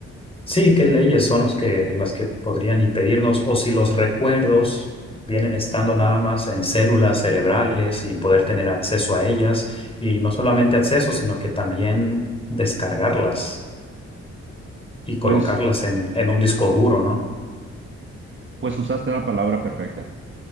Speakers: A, on the left; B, on the right.
A: Sí, ¿qué leyes son los que, las que podrían impedirnos o si los recuerdos vienen estando nada más en células cerebrales y poder tener acceso a ellas y no solamente acceso, sino que también descargarlas y
B: Pues,
A: colocarlas en, en un disco duro, ¿no?
B: pues usaste la palabra perfecta.